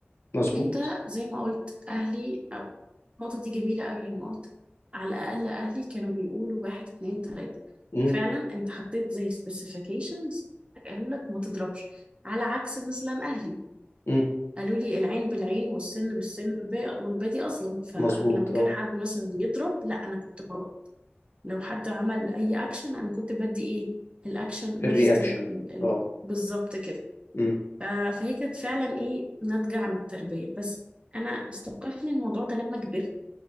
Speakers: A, on the left (about 85°); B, on the right (about 25°).
A: مظبوط
B: أنت زي ما قلت أهلي أو النقطة دي جميلة قوي لما قلت على الأقل أهلي كانوا بيقولوا واحد اتنين تلاتة
A: مم.
B: فعلا أنت حطيت زي specifications قالوا لك ما تضربش على عكس مثلا أهلي
A: مم.
B: قالوا لي العين بالعين والسن بالسن والباقي والبادي أظلم فأنا
A: مظبوط
B: لما كان
A: اه
B: حد مثلا يضرب لا أنا كنت برد لو حد عمل أي أكشن أنا كنت بدي إيه الأكشن
A: الرياكشن
B: نفس ال... ال- ال-
A: اه
B: بالظبط كده
A: مم.
B: آه، فهي كانت فعلا ايه ناتجة عن التربية بس انا استوقفني الموضوع ده لما كبرت